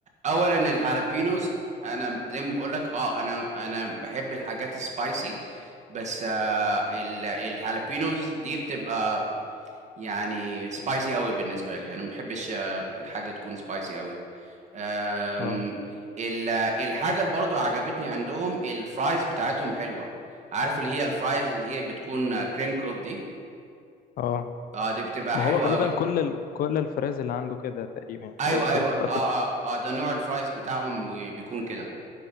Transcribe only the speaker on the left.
اه
اه
ما
هو غالبا
كل ال كل الفراز اللي عنده كده تقريبا يعني،
هو
بتبقى
كل